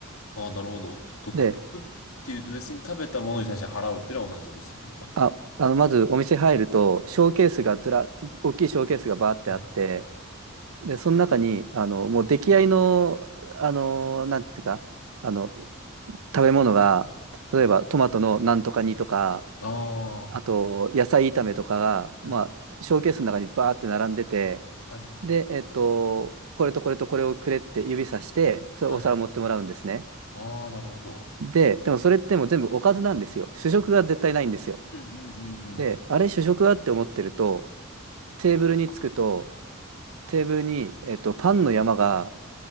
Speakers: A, on the left; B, on the right.
A: ああ、なるほど。独特っていうと別に食べたものに対して払うってのは同じですよね、
B: で、
A: 多分。
B: あ、あの、まずお店入ると、ショーケースがずら、大きいショーケースがバーってあって、
A: ええ。
B: で、その中に、あの、もう出来合いの、あの、なんていうか、あの、食べ物が、例えばトマトのなんとか煮とか、
A: ああ、
B: あと、
A: は
B: 野菜炒めとかが、
A: い、
B: まあ、ショーケースの中にバーって並んでて、
A: はい。
B: で、えっと、これとこれとこれをくれって指さして、それお皿持ってもらうんですね。
A: はいああ、なるほど。
B: で、でもそれってもう全部おかずなんですよ。主食が絶対ないんですよ。
A: うんうんうんうん。
B: で、あれ主食はって思ってると、テーブルに着くと、テーブルに、えっと、パンの山が
A: あ